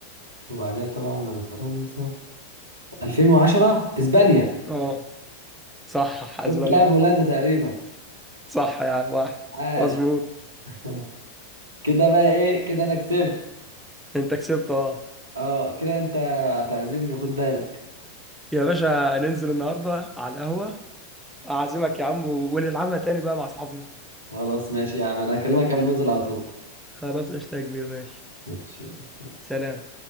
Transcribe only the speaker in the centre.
اه صح اسبانيا
صح يا عم واحد
مظبوط
انت كسبت اه
يا باشا ننزل النهارده على القهوة اعزمك يا عم ونلعبها تاني بقى مع اصحابنا
خلاص قشطة يا كبير ماشي
سلام